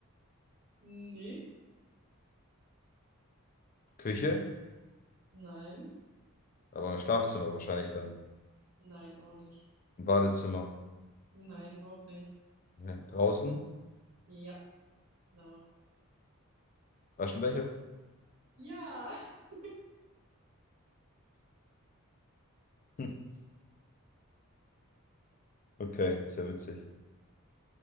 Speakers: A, on the right; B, on the left.
A: Nee.
B: Küche?
A: Nein.
B: Aber im Schlafzimmer wahrscheinlich dann.
A: Nein, auch nicht.
B: Im Badezimmer.
A: Nein, auch nicht.
B: Okay. Draußen?
A: Ja, genau.
B: Aschenbecher?
A: Ja. <laughs>
B: <laughs> Okay, sehr witzig.